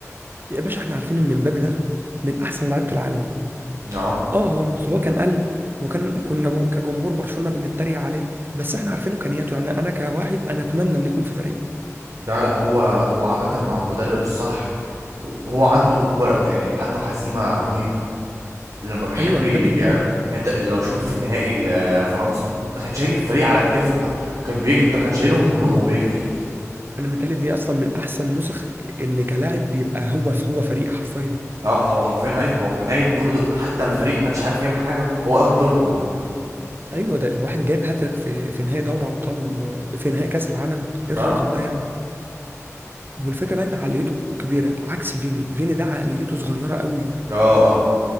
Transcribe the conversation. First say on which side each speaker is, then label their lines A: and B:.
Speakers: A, on the right; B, on the right.
A: يا باشا احنا عارفين ان مبابي ده من احسن لعيبة العالم
B: اه
A: اه هو مستواه كان قل وكان كنا جو- كجمهور برشلونه بنتريق عليه بس احنا عارفين امكانياته يعني انا كواحد انا اتمنى ان يكون في فريق
B: لا لا هو هو عامة مع المدرب الصح وهو عنده هو يعني عنده عزيمة رهيبة لما بيحب
A: ايوه مبابي
B: ي-
A: جامد
B: يعني انت لو شفته في النهائي ل- فرنسا ده كان شايل الفريق على كتافه ك- كان بيجري ده كان شايلهم كلهم وبيجري
A: انا متهيألي دي اصلا من احسن نسخ ان كلاعب بيبقى هو في هو فريق حرفيا
B: اه هو حرفيا ايوه هو كان قايم كل دول حتى الفريق ما كانش عارف يعمل حاجه هو قام بدورهم كلهم
A: ايوه ده واحد جايب هاتريك في في نهائي دوري ابطال في نهائي كاس العالم ايه
B: اه
A: الرقم ده يعني والفكره بقى ان عقليته كبيره عكس فيني فيني ده عقليته صغيره قوي
B: اه اه